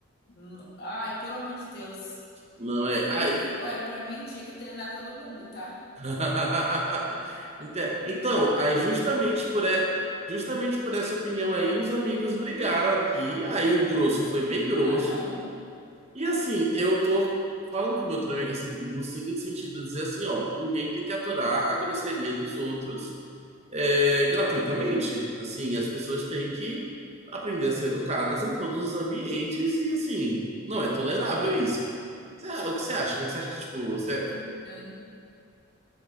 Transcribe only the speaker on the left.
N- Ai, pelo amor de Deus.
Isso daí,
olha, pra mim tinha que internar todo mundo, tá?
Ah, não.
Não
mesmo. Deus me...